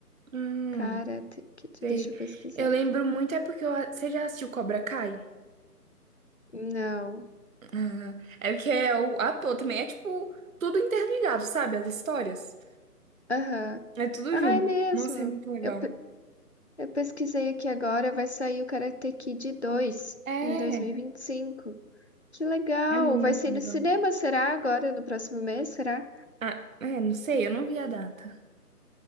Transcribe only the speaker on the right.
Hum,
sei.
Eu lembro
muito, é porque eu... você já assistiu Cobra Kai?
Ah, é porque é o ator também. É tipo, tudo interligado, sabe? As histórias.
É tudo
junto.
Nossa, é muito legal.
É,
é muito
legal.
Ah, é, não sei, eu não vi a data.